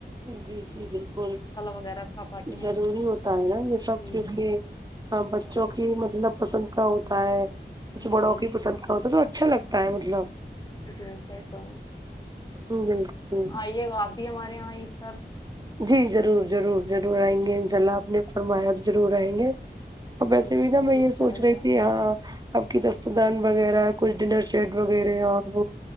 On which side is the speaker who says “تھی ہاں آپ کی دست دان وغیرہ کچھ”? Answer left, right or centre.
Right